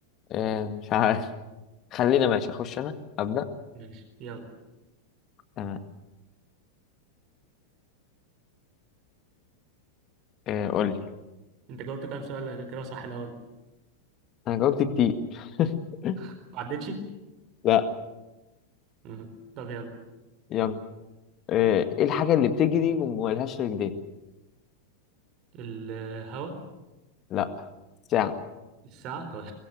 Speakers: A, on the left (about 30°); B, on the right (about 40°).
A: آه، مش عارف <laughs> خلينا ماشي أخش أنا أبدأ
B: ماشي يلا
A: تمام آه، قولي
B: أنت جاوبت كام سؤال كده صح الأول
A: أنا جاوبت كتير <laughs>
B: ما عدتش؟
A: لا
B: آه. طب يلا
A: يلا آه، إيه الحاجة اللي بتجري وملهاش رجلين؟
B: الهواء
A: لا ساعة
B: الساعة طيب